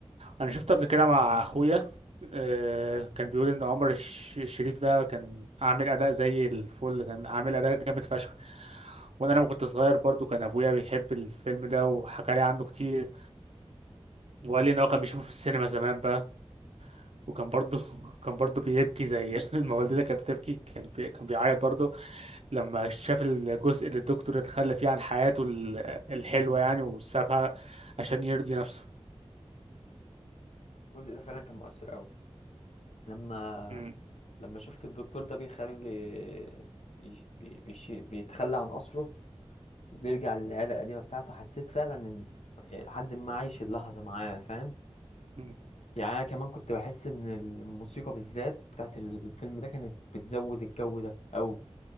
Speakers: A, on the right (about 70°); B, on the left (about 80°).
A: أنا شفت قبل كده مع أخويا آه، كان بيقول إن عمر الش- الشريف ده كان عامل أداء زي الفل كان عامل أداء جامد فشخ وأنا لما كنت صغير برضو كان أبويا بيحب الفيلم ده وحكى لي عنه كتير وقال لي إن هو كان بيشوفه في السينما زمان بقى وكان برضو <laughs> كان برضو بيبكي زي <laughs> ما والدتي كانت بتبكي كان بي... كان بيعيط برضو لما شاف الجزء اللي الدكتور اتخلى فيه عن حياته ال- الحلوة يعني وسابها عشان يرضي نفسه
B: الجزء ده فعلا كان مؤثر قوي لما
A: مم.
B: لما شفت الدكتور ده بيخلي بي... بي... بيشي... بيتخلى عن قصره وبيرجع للعادة القديمة بتاعته حسيت فعلا إن يعني لحد ما عايش اللحظة معاه فاهم
A: مم.
B: يعني أنا كمان كنت بحس إن الموسيقى بالذات بتاعت الفيلم ده كانت بتزود الجو ده أوي